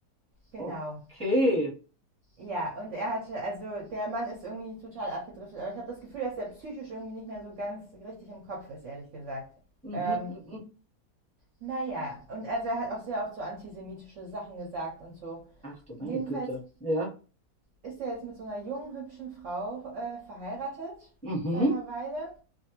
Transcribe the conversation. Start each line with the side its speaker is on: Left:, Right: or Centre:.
Right: genau.
Centre: okay.
Right: Ja, und er hatte, also der Mann ist irgendwie total abgedriftet, aber ich habe das Gefühl, dass er psychisch irgendwie nicht mehr so ganz richtig im Kopf ist, ehrlich gesagt.
Centre: Mhm,
Right: Ähm,
Centre: mhm.
Right: naja, und also er hat auch sehr oft so antisemitische Sachen gesagt und so.
Centre: Ach du meine
Right: Jedenfalls
Centre: Güte. Ja.
Right: ist ja jetzt mit so einer jungen, hübschen Frau äh, verheiratet
Centre: Mhm.
Right: seit einer Weile.